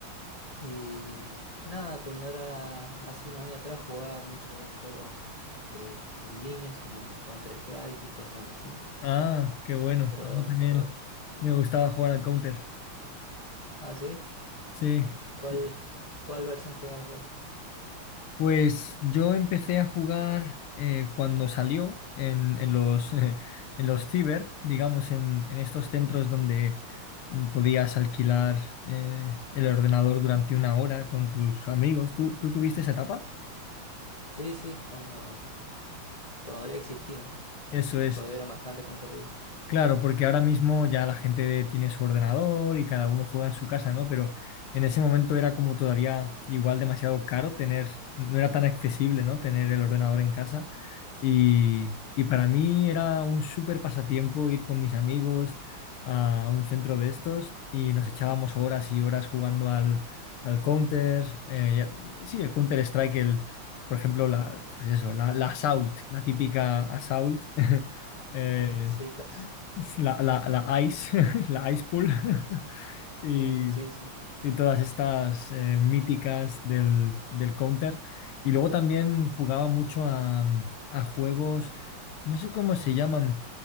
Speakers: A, on the left; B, on the left.
A: Y nada, cuando era hace unos años atrás jugaba muchos juegos eh, en líneas como el Counter-Strike y cosas así.
B: Ah, qué bueno.
A: Pero,
B: A mí también
A: lo,
B: me gustaba jugar al Counter.
A: ah, sí,
B: Sí.
A: ¿cuál,
B: Sí.
A: cuál versión jugabas vos?
B: Pues yo empecé a jugar eh, cuando salió en, en los, <laughs> en los ciber, digamos, en, en estos centros donde mm, podías alquilar eh, el ordenador durante una hora con tus amigos. ¿Tú, tú tuviste esa etapa?
A: Sí, sí, cuando todavía existían,
B: Eso es,
A: todavía eran bastante concurridos.
B: Claro, porque ahora mismo ya la gente tiene su ordenador y cada uno juega en su casa, ¿no? Pero en ese momento era como todavía igual demasiado caro tener, no era tan accesible, ¿no? Tener el ordenador en casa. Y, y para mí era un súper pasatiempo ir con mis amigos a un centro de estos y nos echábamos horas y horas jugando al, al Counter, eh, ya- sí, el Counter Strike, el, por ejemplo, la, pues eso, la, la Assault, la típica Assault. <laughs> eh,
A: Ah, sí, claro.
B: la, la, la ice, <laughs> la ice pool. <laughs> Y,
A: Mm, sí, sí.
B: y todas estas eh, míticas del, del Counter. Y luego también jugaba mucho a, a juegos, no sé cómo se llaman,